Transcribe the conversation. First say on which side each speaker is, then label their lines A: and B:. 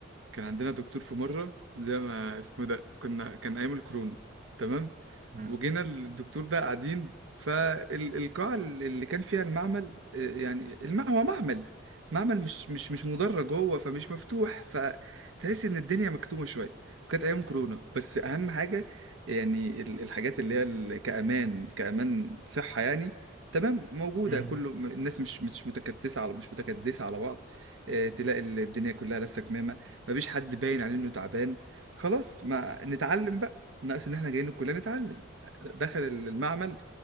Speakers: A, on the right (about 75°); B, on the right (about 40°).
A: كان عندنا دكتور في مرة زي ما اسمه ده كنا كان أيام الكورونا تمام
B: مم.
A: وجينا الدكتور ده قاعدين فالقاعة اللي كان فيها المعمل آه، يعني المع هو معمل معمل مش مش مش مدرج هو فمش مفتوح فتحس إن الدنيا مكتومة شوية كانت أيام كورونا بس أهم حاجة يعني ال- الحاجات اللي هي ال- كأمان كأمان صحة يعني تمام موجودة
B: مم. مم.
A: كله الناس مش مش متكتسة على مش متكدسة على بعض آه، تلاقي الدنيا كلها لابسة كمامة مفيش حد باين عليه انه تعبان خلاص ما نتعلم بقى ناقص ان احنا جايين الكليه نتعلم دخل المعمل